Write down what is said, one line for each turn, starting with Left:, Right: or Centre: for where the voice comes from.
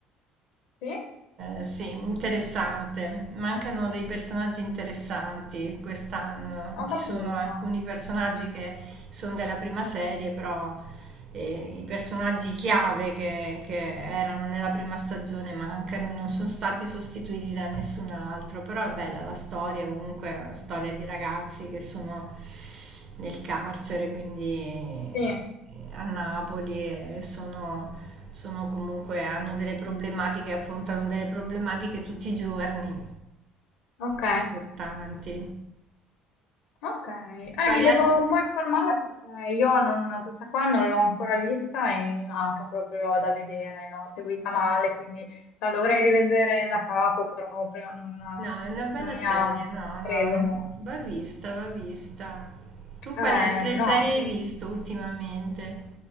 Left: sì,
Right: eh, sì, interessante. Mancano dei personaggi interessanti quest'anno.
Left: ho
Right: Ci
Left: capito.
Right: sono alcuni personaggi che sono della prima serie, però eh, i personaggi chiave che, che erano nella prima stagione mancano, e non sono stati sostituiti da nessun altro. Però è bella la storia, comunque è una storia di ragazzi che sono nel carcere, quindi eh,
Left: Sì,
Right: a Napoli e sono sono comunque, hanno delle problematiche, affrontano delle problematiche tutti i giorni
Left: ok.
Right: importanti.
Left: Ok, eh,
Right: Quali
Left: mi devo
Right: altri?
Left: un po' informare perché io non- questa qua non l'ho ancora vista e mi manca proprio da vedere, l'ho seguita male, quindi la dovrei rivedere da capo, però proprio non,
Right: No, è una bella
Left: non mi
Right: serie,
Left: ha
Right: no,
Left: preso
Right: no,
Left: molto.
Right: va vista, va vista. Tu
Left: Eh,
Right: quali altre
Left: no,
Right: serie
Left: sì,
Right: hai visto ultimamente?